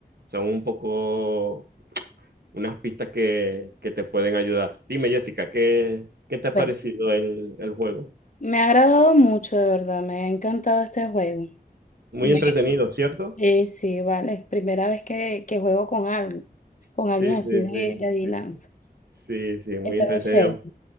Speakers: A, on the right; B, on the left.
A: Son un poco unas pistas que, que te pueden ayudar. Dime, Jessica, ¿qué, qué te ha
B: Bueno.
A: parecido el, el juego?
B: Me ha agradado mucho, de verdad, me ha encantado este juego.
A: Muy
B: Me-
A: entretenido, ¿cierto?
B: eh, sí, vale, es primera vez que, que juego con alguien, con
A: Sí,
B: alguien así
A: sí,
B: de,
A: sí,
B: de adivinanzas.
A: sí, sí, sí, muy
B: Está
A: entretenido.
B: muy chévere.